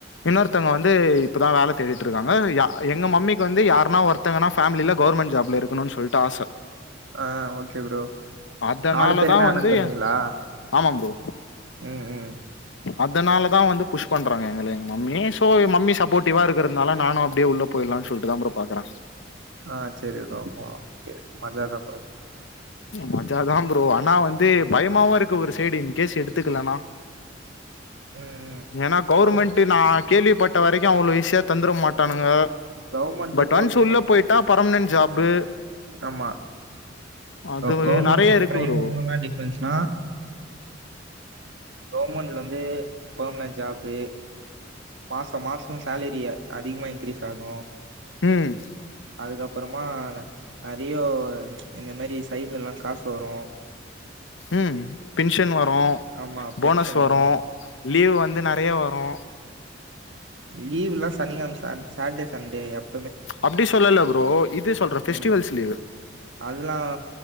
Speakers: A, on the left; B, on the right.
A: இன்னொருத்தவங்க வந்து இப்பதா வேலை தேடிட்டு இருக்காங்க எங்க மம்மிக்கு வந்து யாருன்னா ஒருத்த இத்தங்கன்னா ஃபேமில கவர்மெண்ட் ஜாப்ல இருக்கணும்னு சொல்லிட்டு ஆச
B: ஆ ஓகே ப்ரோ
A: அதனால
B: நாலு பேருமே
A: தா
B: அண்ண
A: வந்து
B: தம்பிகளா
A: ஆமா ப்ரோ
B: ம்
A: அதனால தா வந்து புஷ் பண்றாங்க எங்கள எங்க மம்மி சோ மம்மி சப்போர்டிவா இருக்கிறதுனால நானு அப்டியே உள்ள போயிர்லா சொல்டு தா ப்ரோ பாக்குறே
B: ஆ சேரி ஓகே மஜாதா ப்ரோ
A: மஜாதா ப்ரோ ஆனா வந்து பயம் மாவு இருக்கு ஒரு சைடுங் இன்கேஸ் எடுத்துக்கலனா
B: ம் ம்.
A: ஏன்னா கவுவர்மெண்ட்
B: நம்
A: டு நா கேள்விப்பட்ட வரைக்கு அவ்ளோ இஷியா தந்துர மாட்டானுங்க
B: கவர்மெண்ட்டுக்கும்
A: பட் ஒன்ஸ் உள்ள
B: அ
A: போயிட்டா பெர்மனெண்ட் ஜாப்பு
B: ஆமா
A: அது
B: கோ கவெர்மென்ட்க்கு
A: நெறைய இருக்கு
B: பிரைவேட்க்கு
A: ப்ரோ
B: என்னா டிஃபரென்ஸ் நா கவர்மெண்ட்ல வந்து பர்மனன்ட் ஜாப்பு மாசம் மாசம் சேலரிய அதிகமா இன்கிரீஸ் ஆகு
A: ம்
B: அதுக்கப்புறமா அதியோ இந்த மாரி சைடுல எல்லா காசு வரு
A: ம் பின்ஷன் வரு
B: ஆமா பென்ஷன்
A: போனஸ் வரு
B: வரும்
A: லீவ் வந்து நெறையா வரு
B: லீவுல்லா சனி கிழம் ச சாட்டர்டே சண்டே அப்
A: அப்டி சொல்லல ப்ரோ இது சொல்ற ஃபஸ்டிவல்ஸ்
B: ம்
A: லீவு
B: அதெல்லா